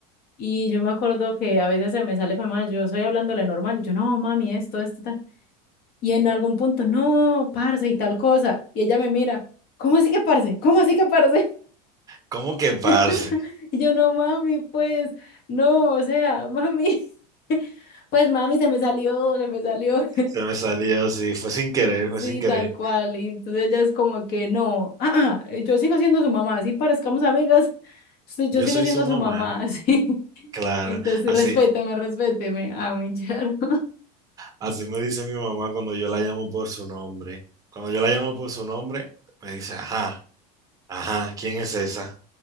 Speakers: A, on the left; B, on the right.
A: Y yo me acuerdo que a veces se me sale con mamá, yo estoy hablándole normal, y yo no, mami, esto, esto, tal. Y en algún punto, no, parce, y tal cosa. Y ella me mira, ¿cómo así que parce? ¿Cómo así que parce?
B: ¿Cómo que parce?
A: <laughs>
B: <laughs>
A: Y yo, no, mami, pues, no, o sea, mami, <laughs> pues mami, se me salió, se me salió.
B: Se me salió, sí, fue sin querer,
A: Sí,
B: fue sin querer.
A: tal cual. Y entonces ella es como que no, ah, ah, yo sigo siendo su mamá, así parezcamos amigas, sí, yo
B: Yo
A: sigo
B: soy
A: siendo
B: su mamá,
A: su mamá, así <laughs>
B: claro,
A: Entonces,
B: así,
A: respéteme, respéteme, ah mi yerno.
B: así me dice mi mamá cuando yo la llamo por su nombre. Cuando yo la llamo por su nombre, me dice, ajá. Ajá, ¿quién es esa?